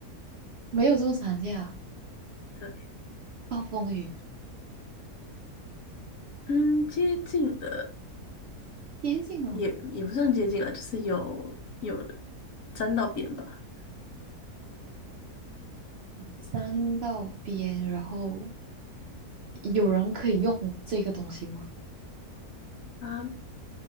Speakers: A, on the right; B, on the left.
A: 没有这么常见啊。
B: 对，
A: 暴风雨
B: 嗯，接近的，
A: 接近了，
B: 也也不算接近了，就是有有沾到边吧。
A: 山道边，然后有人可以用这个东西吗？
B: 啊。